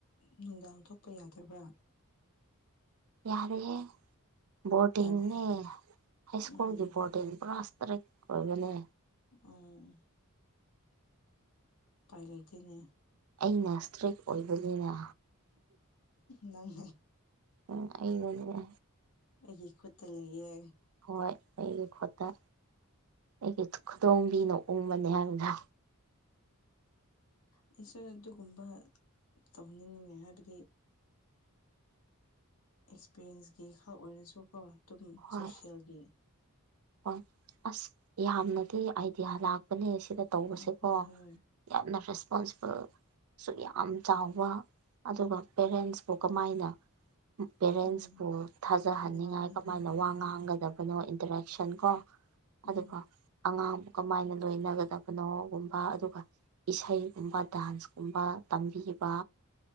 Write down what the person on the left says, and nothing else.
ꯅꯨꯡꯗꯥꯡ ꯊꯣꯛꯄ ꯌꯥꯗ꯭ꯔꯕ꯭ꯔꯥ
ꯌꯥꯗꯦ
ꯎꯝ
ꯑꯣ ꯄꯥꯏ ꯂꯩꯥꯇꯦꯅꯦ
ꯅꯪ
ꯑꯩꯒꯤ ꯈꯨꯠꯇ ꯂꯩꯌꯦ
ꯑꯩꯁꯨ ꯑꯗꯨꯒꯨꯝꯕ ꯇꯧꯅꯤꯡꯉꯉꯦ ꯍꯥꯏꯕꯗꯤ ꯑꯦꯛꯁꯄꯤꯔꯤꯌꯦꯟꯁꯀꯤ ꯈꯛ ꯑꯣꯏꯔꯁꯨꯀꯣ ꯑꯗꯨꯝ
ꯁꯣꯁꯦꯜꯒꯤ
ꯎꯝ ꯍꯣꯏ
ꯎꯝ
ꯌꯥꯅꯤ
ꯍꯣꯏ
ꯎꯝ